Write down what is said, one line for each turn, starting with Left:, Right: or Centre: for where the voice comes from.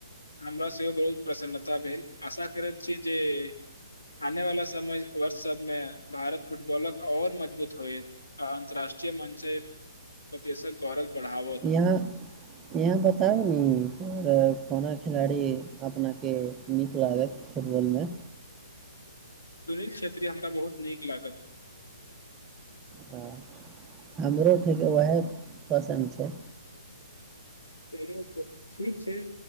Left: हमरा सेहो बहुत प्रसन्नता भेल आशा करैत छी। जे आने वाला समय वर्ष सब में भारत फुटबॉलक और मजबूत होय। अन्तर्राष्ट्रीय मञचे पर देेशक गौरव बढ़ाव।
Right: या। इहाँ बताउ नि तोरा कोना खिलाड़ी अपनाके नीक लागत। फुटबॉलमे।
Left: सुनील क्षेत्री हमरा बहुत नीक लागल
Right: ह हमरो ठीक ओएह पसन्द छै
Left: चलो तऽ ठीक छैय